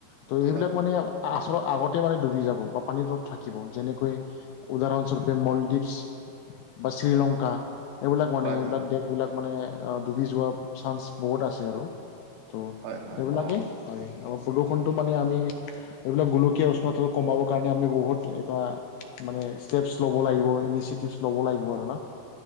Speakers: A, on the left; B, on the right.
A: ত' এইবিলাক
B: হয়
A: মানে আচলৰ আগতে মানে ডুবি যাব বা পানীটোত থাকিব যেনেকৈ উদাহৰণস্বৰূপে মলদ্বীপছ। বা শ্ৰীলংকা এইবিলাক মানে
B: হয়
A: এইবিলাক
B: হয়
A: দেশবিলাক মানে ডুবি যোৱা চান্স বহুত আছে আৰু। ত'
B: হয় হয় হয়
A: সেইবিলাকে
B: অ
A: হয় আ প্ৰদূষণতটো মানে আমি এইবিলাক গোলকীয়া কমাব কাৰণে আমি বহুত এটা মানে ষ্টেপছ ল'ব লাগিব ইনিচিয়েটিভছ ল'ব লাগিব আৰু না